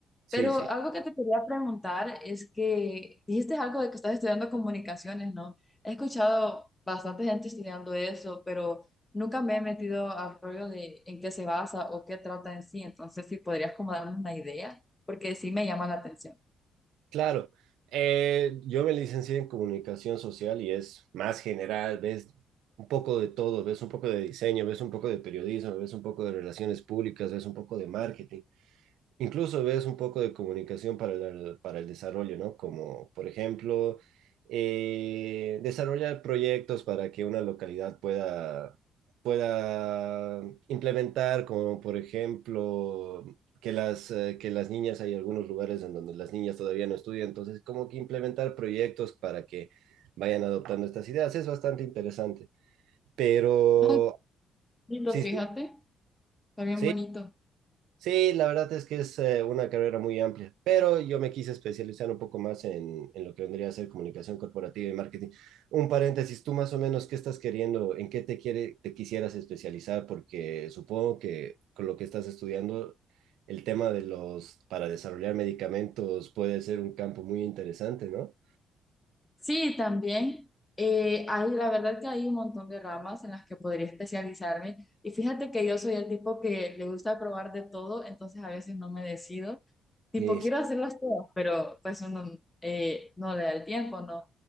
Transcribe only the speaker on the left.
pero
algo que te quería preguntar es que dijiste algo de que estás estudiando comunicaciones, ¿no? He escuchado bastante gente estudiando eso, pero nunca me he metido al rollo de en qué se basa o qué trata en sí. Entonces, si podrías como darme una idea, porque sí me llama la atención.
Ay, lindo,
fíjate,
está bien
bonito.
Sí, también. Eh, hay, la verdad que hay un montón de ramas en las que podría especializarme. Y fíjate que yo soy el tipo que le gusta probar de todo, entonces a veces no me decido. Tipo,
quiero
hacerlas todas, pero pues uno eh, no le da el tiempo, ¿no?